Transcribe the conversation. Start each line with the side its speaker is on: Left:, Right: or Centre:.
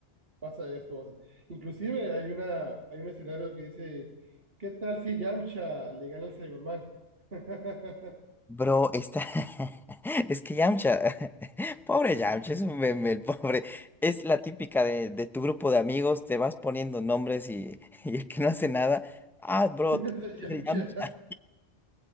Right: pasa esto. pasa- Inclusive hay una, hay un escenario que dice, ¿qué tal si Yamcha le gana al Cyberman? <laughs>
Centre: Bro, está. <laughs> Es que Yamcha. <laughs> Pobre Yamcha, es un meme, el <laughs> pobre. Es la típica de, de tu grupo de amigos, te vas poniendo nombres y, <laughs> y el que no hace nada. Ah, bro,
Right: Ese
Centre: tú
Right: Yamcha.
Centre: eres Yamcha.